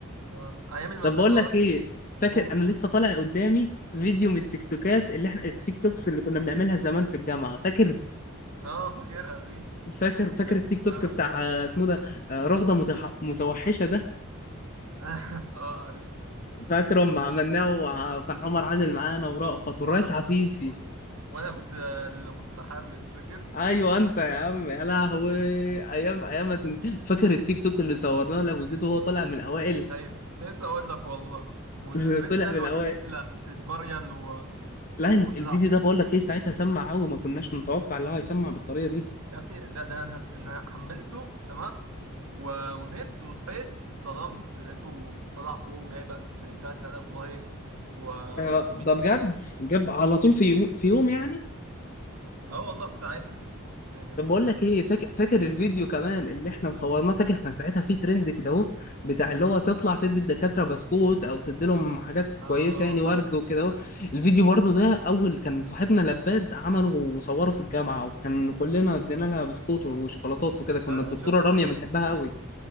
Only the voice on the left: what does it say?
طب بقول لك
ايه فاكر
انا لسه طالع قدامي فيديو من التيك توكات اللي احنا التيك توكس اللي كنا بنعملها زمان في الجامعة فاكر
فاكر فاكر
التيك توك
بتاع آه، اسمه ده آه، رغدة متح... متوحشة ده
فاكره لما
عملناه وع- وكان عمر عادل معانا ورأفت
والريس
عفيفي
ايوه انت يا عم يا لهوي ايام ايام ما تنس- فاكر التيك توك اللي صورناه لابو زيد وهو طالع من الاوائل
<laughs> طلع
من
الاوائل
لا
ال- الفيديو ده بقول
لك ايه ساعتها سمع قوي ما كناش نتوقع ان هو هيسمع بالطريقه دي
آه،
ده بجد جاب على طول في يوم في يوم يعني
طب
بقول لك ايه فاكر فاكر الفيديو كمان اللي احنا صورناه فاكر كان ساعتها في ترند كده اهو بتاع اللي هو تطلع تدي الدكاتره بسكوت او تدي لهم حاجات
كويسه يعني
ورد وكده
اهو الفيديو برضه ده اول كان صاحبنا لباد عمله وصوره في الجامعه وكان كلنا ادينا لها بسكوت وشوكولاتات وكده كنا
الدكتوره
رانيا
بنحبها قوي